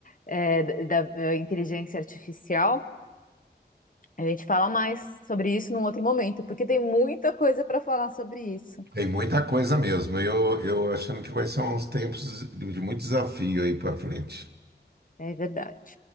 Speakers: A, on the left; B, on the right.
A: é, da, da inteligência artificial. A gente fala mais sobre isso num outro momento, porque tem muita coisa para falar sobre isso.
B: Tem muita coisa mesmo. Eu, eu achando que vai ser uns tempos de de muito desafio aí para frente.
A: É verdade.